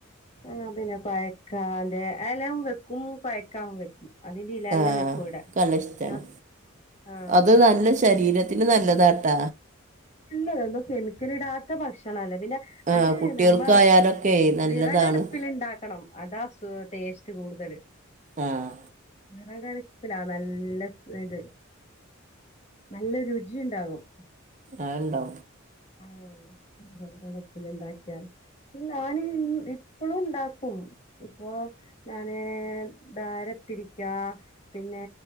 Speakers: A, on the left; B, on the right.
A: ആ പിന്നെ കൊഴക്കാതെ എല്ലാം വെക്കും കൊയക്കാം വെക്കും അതിന്റെ ഇലല്ലം
B: ആ
A: വെക്കുവിടെ
B: എനിക്ക് നല്ല ഇഷ്ടമാണ്
A: <unintelligible> ആ
B: അത് നല്ല ശരീരത്തിന് നല്ലതാട്ടാ
A: ഇല്ലല്ല കെമിക്കൽ ഇടാത്ത ഭക്ഷണ അല്ല പിന്നെ
B: ആ
A: അത്
B: കുട്ടികൾക്കായാലൊക്കെ
A: നമ്മ
B: നല്ലതാണ്
A: വിറകടുപ്പിൽ ഇണ്ടാക്കണം അതാ ടേസ്റ്റ് കൂടുതല്
B: ആഹ
A: വിറകടുപ്പിലാ നല്ല ഇത് നല്ല രുചിയിണ്ടാകും
B: ആഹ ഉണ്ടോ
A: ആ വെർകടുപ്പിൽ ഇണ്ടാക്കിയാൽ ഞാന് ഇപ്പളും ഉണ്ടാക്കും ഇപ്പൊ ഞാന് <unintelligible> പിന്നെ